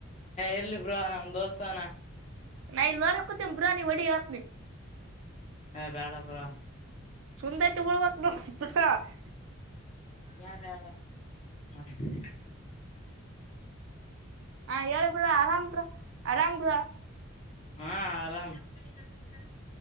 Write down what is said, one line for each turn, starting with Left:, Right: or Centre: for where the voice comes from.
Left: ಇರ್ಲಿ ಬ್ರಾ ನಮ್ ದೋಸ್ತಾನ <unintelligible>
Right: ನಾ ಇಲ್ ನರಕತ ಬುರ ನೀ ಒಡಿ ಹೇಳ್ತೀನಿ
Left: ಹ ಬೇಡ ಬ್ರೊ.
Right: ಸುಂದರ್ <unintelligible> ವಕ್. <unintelligible>
Left: ಯಾರಲ್ಲ <unintelligible> ಮಾಡ
Right: ಹಾ ಹೇಳಬ್ರ ಆರಾಮ್ರ. ಆರಾಮ ರ
Left: ಹಾ ಆರಾಮ <unintelligible>